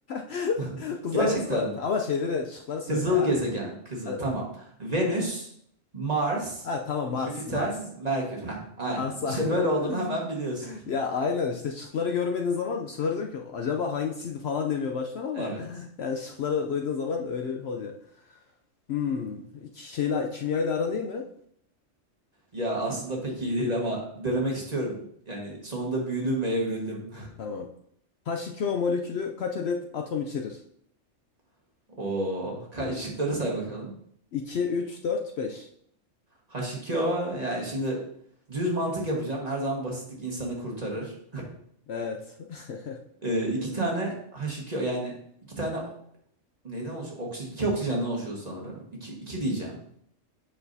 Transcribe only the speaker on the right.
<laughs>
Gerçekten
mi?
Kızıl
gezegen, kızıl.
Tamam. Venüs, Mars,
Jüpiter,
Merkür. Heh, aynen.
İşte böyle olduğumu
hemen biliyorsun. <laughs>
Evet.
Ya aslında pek iyi değil ama denemek istiyorum. Yani sonunda büyüdüm ve evrildim.
<laughs> Oo, Ka- şıkları say bakalım.
H2O yani şimdi düz mantık yapacağım. Her zaman basitlik insanı kurtarır.
Ee, iki tane H2O yani iki tane o- neyden oluşuyor? Oksi, iki oksijenden oluşuyor sanırım. İki, iki diyeceğim.